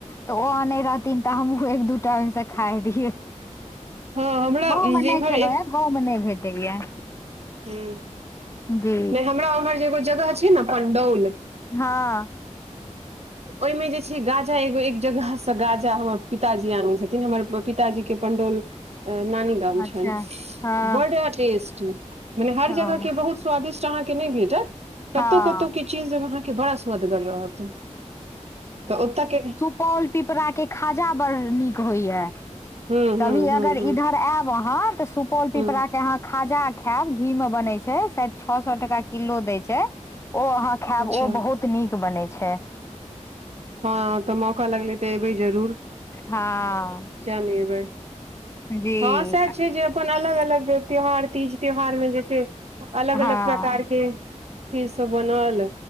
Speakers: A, on the left; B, on the right.
A: तऽ ओ अने रहथिन तऽ हमहूँ एक दू टा ओहि मे से खाय रहिये।
B: हँ हमरा
A: गाँवमे
B: जे
A: नहि
B: इम्हर
A: खेलहुँ हे गाँवमे नहि भेटैया।
B: हूं
A: जी
B: नहि हमरा उम्हर जे एगो जगह छै ने पण्डौल
A: हँ।
B: ओहिमे जे छै गाजा एगो एक जगह से गाजा हमर पिताजी आनै छथि। न हमर पिताजी के पंडोल नानी गाम
A: अच्छा
B: छैन
A: हँ
B: बड टेस्ट। टी मने हर
A: हँ
B: जगह के बहुत स्वादिस्ट अहाँके नै भेटत कतौ
A: हँ
B: -कतौ के चीज अहाँ। के बड़ा स्वदगर रहत तऽ ओतऽ के।
A: पॉल पिपरा के खाजा बड़ नीक होइया।
B: हूं
A: कभी
B: हूं हूं
A: अगर
B: हूं
A: इधर आयब आहाँ तऽ सुपौल पिपराके
B: हूं
A: आहाँ। खाजा खेएब घी में बनय छै शायद छ सौ टका किलो दैय छै ओ आहाँ। खेएब
B: अच्छा
A: ओ बहुत नीक बनै छै।
B: हँ तऽ मौका लगले तऽ एबै जरूर किया
A: हँ
B: नै एबै।
A: जी
B: हँ सएह छै जे अपन अलग -अलग त्यौहार तीज त्यौहारमे जे छै। अलग-
A: हँ
B: अलग प्रकार के। चीज सब बनल